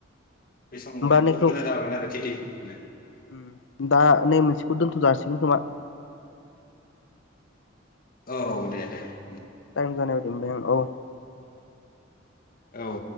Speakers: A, on the left; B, on the left.
A: बे समाव
B: होमबा नैखौ
A: बहुद मोजां जाबायमोन आरो <unintelligible> थिनो
B: उम दा नै मोनसेखौ दोन्थ'जासिगोन खोमा
A: औ दे दे उम
B: टाइम जानायबायदि मोनबाय आं औ
A: औ